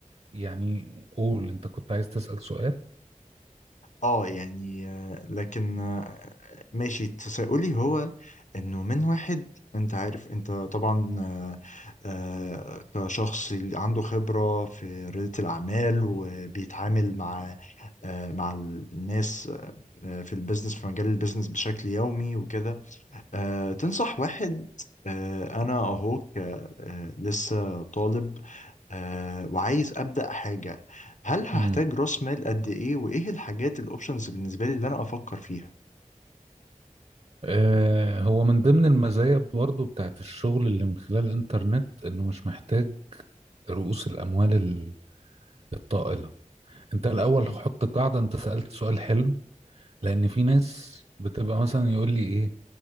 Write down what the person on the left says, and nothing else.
اه يعني آه، لكن آه، ماشي تساؤلي هو انه من واحد انت عارف انت طبعا آه، آه، كشخص عنده خبرة في ريادة الأعمال وبيتعامل مع آه، مع الناس آه، في البيزنس في مجال البيزنس بشكل يومي وكده آه، تنصح واحد آه، انا اهو ك- آه، لسه طالب آه وعايز أبدأ حاجة هل هحتاج
رأس مال قد إيه وإيه الحاجات الأوبشنز بالنسبة لي اللي أنا أفكر فيها؟
مم.